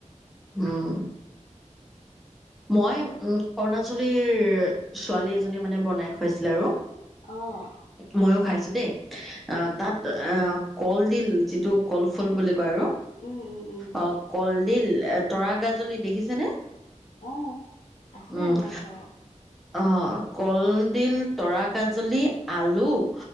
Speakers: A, in the centre; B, on the left.
A: উমঁ, মই উমঁ- অৰুণাচলীৰ ছোৱালী এজনী মানে বনাই খুৱাইছিলে আৰু।
B: অঁ',।
A: মইও খাইছো দেই, আঁহ', তা'ত আঁহ', কলডিল যিটো কল ফুল বুলি কয় আৰু।
B: উমঁ-উমঁ-উমঁ।
A: অ কলডিল, তৰা গাজলী দেখিছেনে?
B: অঁ'। আছে
A: উমঁ।
B: আমাৰ ঘৰত
A: অঁ', কলডিল, তৰা গাজলী, আলু-